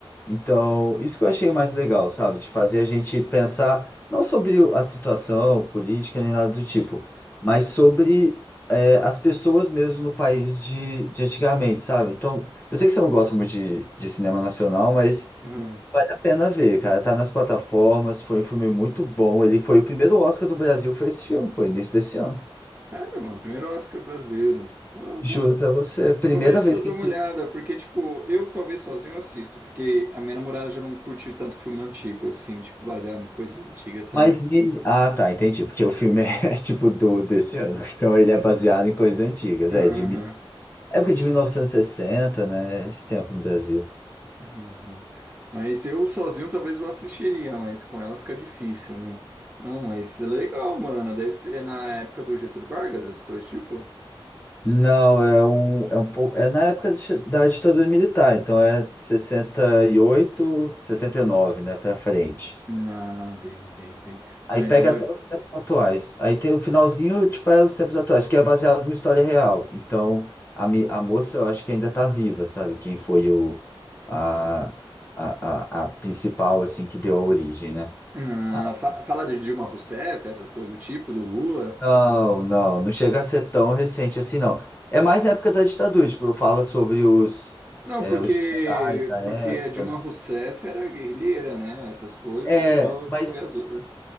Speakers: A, on the left; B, on the right.
A: então, isso que eu achei mais legal, sabe? De fazer a gente pensar não sobre o- a situação política nem nada do tipo, mas sobre é, as pessoas mesmo no país de, de antigamente, sabe? Então, eu sei que você não gosta muito de, de cinema nacional, mas
B: Uhum.
A: vale a pena ver, cara. Tá nas plataformas, foi um filme muito bom. Ele foi o primeiro Oscar do Brasil, foi esse filme, pô, início desse ano.
B: Sério, mano, primeiro Oscar brasileiro. Eu
A: Juro
B: Vou,
A: pra você, primeira
B: vou ver se
A: vez
B: eu
A: que
B: dou uma olhada, porque, tipo, eu talvez sozinho eu assisto, porque a minha namorada já não curte tanto filme antigo, assim, tipo, baseado em coisas antigas, sabe?
A: Mas meni- Ah, tá, entendi. Porque o filme é <laughs> tipo do desse ano. Então ele é baseado em coisas antigas.
B: Uhum.
A: É, de mi- época de 1960, né? Esse tempo no Brasil.
B: Uhum. Mas eu sozinho talvez eu assistiria, mas com ela fica difícil, né? Não, mas é legal, mano. Deve ser na época do Getúlio Vargas, essas coisas tipo.
A: Não, é um, é um pouco. É na época do chi- da ditadura militar, então é sessenta sessenta e oito, sessenta e nove, né? Pra frente.
B: Ah, bem, bem, bem.
A: Aí
B: Ah, então
A: pega
B: vai.
A: até os tempos atuais. Aí tem o finalzinho, tipo, é os tempos atuais, porque é baseado numa história real. Então, a, me- a moça, eu acho que ainda tá viva, sabe? Quem foi o, a, a, a, a principal, assim, que deu a origem, né?
B: Ah,
A: A-
B: fa- fala de Dilma Rousseff, essas coisas do tipo, do Lula.
A: Não, não, não chega a ser tão recente assim, não. É mais na época da ditadura, tipo, fala sobre os,
B: Não,
A: é,
B: porque
A: os generais da época,
B: porque a Dilma
A: né?
B: Rousseff era guerrilheira, né? Essas coisas,
A: É,
B: o Lula
A: mas
B: é apoiador.